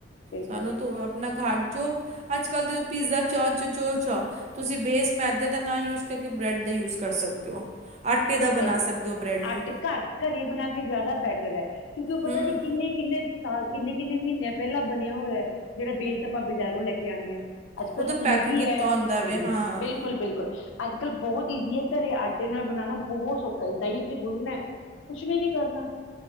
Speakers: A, on the left; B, on the right.
A: ਬਿਲਕੁਲ
B: ਸਾਨੂੰ ਤੋਂ ਆਪਣਾ ਘਾਰ ਜੋ, ਅੱਜ ਕੱਲ ਤੇ ਪੀਜ਼ਾ ਚਾਹ ਜੋ-ਜੋ ਚਾਹੋ, ਤੁਸੀਂ ਬੇਸ ਮੈਦੇ ਦਾ ਨਾ ਯੂਜ਼ ਕਰਕੇ, ਬ੍ਰੈਡ ਦਾ ਯੂਜ਼ ਕਰ ਸਕਦੇ ਹੋ। ਆਟੇ ਦਾ ਬਣਾ
A: ਸਹੀ,
B: ਸਕਦੇ ਹੋ ਬ੍ਰੈਡ ਨੂੰ
A: ਆਟੇ ਘਰ ਘਰੇ ਬਣਾ ਕੇ ਜਿਆਦਾ ਬੈਟ ਟਰ ਹੈਂ। ਕਿਉਂਕਿ ਉਹ ਪਤਾ
B: ਹੂੰ
A: ਨੀ ਕਿੰਨੇ-ਕਿੰਨੇ ਸਾਲ ਕਿੰਨੇ-ਕਿੰਨੇ ਮਹੀਨਿਆਂ ਪਹਿਲਾਂ ਬਣ ਹੋਇਆ ਏ, ਜਿਹੜਾ ਬੈਸ ਆਪਾਂ ਬਾਜ਼ਾਰੋਂ ਲੈ ਕੇ ਆਉਂਣੇ ਹਾਂ। ਅੱਜ-ਕੱਲ
B: ਉਹ ਤਾਂ ਪੈਕਿੰਗ
A: ਈਜ਼ੀ
B: ਕੀਤਾ
A: ਐ,
B: ਹੁੰਦਾ
A: ਹਾਂਜੀ
B: ਵੇ ਹਾਂ
A: ਬਿਲਕੁਲ-ਬਿਲਕੁਲ ਅੱਜ-ਕੱਲ੍ਹ ਬੋਹੋਤ ਈਜ਼ੀ ਏ ਘਰੇ ਆਟੇ ਨਾਲ ਬਣਾਣਾ ਬੋਹੋਤ ਸੌਖਾ ਐ। ਦਹੀਂ ਚ ਗੁੰਨਨਾ ਐ। ਕੁਛ ਵੀ ਨੀ ਕਰਨਾ,